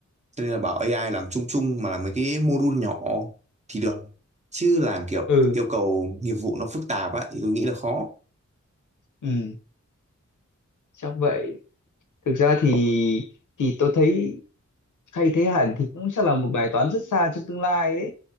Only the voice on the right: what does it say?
cho nên là bảo AI làm chung chung mà làm mấy cái module nhỏ thì được chứ làm kiểu
yêu cầu nghiệp vụ nó phức tạp á thì tôi nghĩ là khó